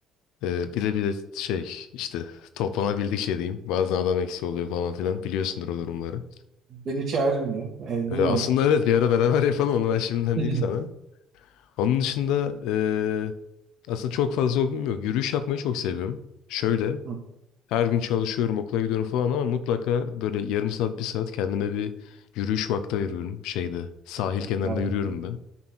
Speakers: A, on the left (about 80°); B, on the right (about 50°).
A: Ee, bir de bir de şey işte toplanabildik şey diyeyim. Bazen adam eksiği oluyor falan filan. Biliyorsundur o durumları.
B: Beni çağırmıyor. Yani bilmiyorum.
A: Ee, aslında evet bir ara beraber <laughs> yapalım onu ben şimdiden diyeyim
B: <laughs>
A: sana. Onun dışında ee, aslında çok fazla hobim yok. Yürüyüş yapmayı çok seviyorum. Şöyle
B: Hı,
A: her gün çalışıyorum okula gidiyorum falan ama mutlaka böyle yarım saat bir saat kendime bir yürüyüş vakti ayırıyorum. Şeyde sahil kenarında
B: Hayır.
A: yürüyorum ben.